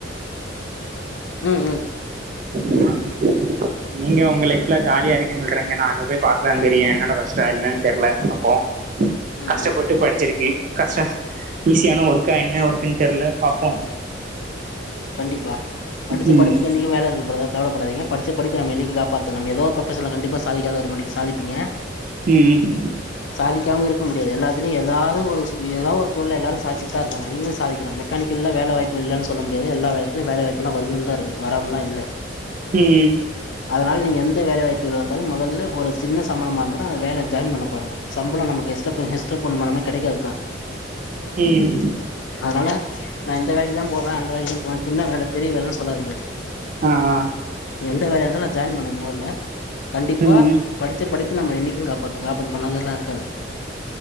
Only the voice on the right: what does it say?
ஆமா நீங்க ஒங்க லைப்ல ஜாலியா இருக்குன் சொல்றீங்க நா அங்க போய் பாத்ததாதெரியு என்னோட கஷ்டோ என்னனு தெர்ல பாப்போ
கஷ்டப்பட்டு
படிச்சிருக்கு கஷ்ட ஈஸியான ஒர்க்கா என்ன ஒர்க்குன்னு தெர்ல பாப்போ
ம்
ம்ம்
ம்
ம்
அ ஆ
ம்